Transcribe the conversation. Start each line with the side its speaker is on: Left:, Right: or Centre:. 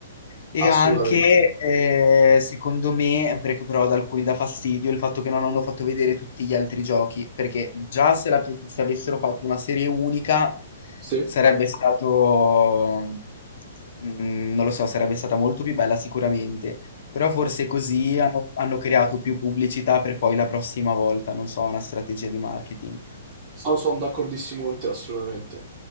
Left: E
Right: assolutamente.
Left: anche, eh, secondo me, perché però ad alcuni dà fastidio il fatto che non hanno fatto vedere tutti gli altri giochi, perché già se, la pi- se avessero fatto una serie unica
Right: Sì,
Left: Sarebbe stato, mm, non lo so, sarebbe stata molto più bella sicuramente, però forse così hanno, hanno creato più pubblicità per poi la prossima volta, non so, una strategia di marketing.
Right: sono d'accordissimo con te, assolutamente.